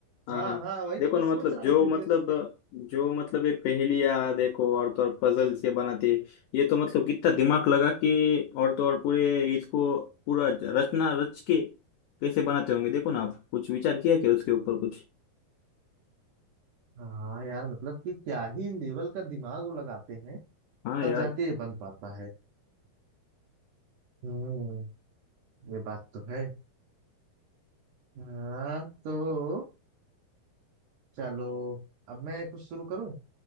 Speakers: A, on the left; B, on the right.
A: हाँ
B: हाँ
A: हाँ
B: हाँ वही
A: देखो
B: तो मैं
A: ना
B: सोच
A: मतलब
B: रहा
A: जो
B: इतनी
A: मतलब
B: देर से
A: जो मतलब एक पहेलियाँ देखो और तो और पजल से बनाते ये तो मतलब कितना दिमाग लगा के और तो और पूरे इसको पूरा रचना रच के कैसे बनाते होंगे देखो ना आप कुछ विचार किया क्या उसके ऊपर कुछ
B: हाँ यार मतलब कि क्या ही लेवल का दिमाग वो लगाते हैं
A: हाँ
B: तब
A: यार
B: जाके ये बन पाता है हम्म ये बात तो है हाँ तो चलो अब मैं कुछ शुरू करूं